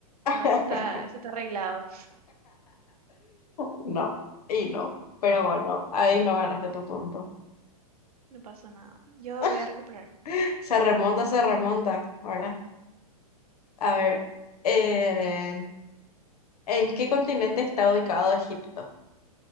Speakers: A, on the left; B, on the right.
A: <laughs>
B: no, esto está, esto está arreglado,
A: No, y no. Pero bueno, ahí no ganaste tu punto.
B: no pasó nada. Yo
A: <laughs>
B: voy a recuperar.
A: Se remonta, se remonta. Ahora, a ver. eh, ¿En qué continente está ubicado Egipto?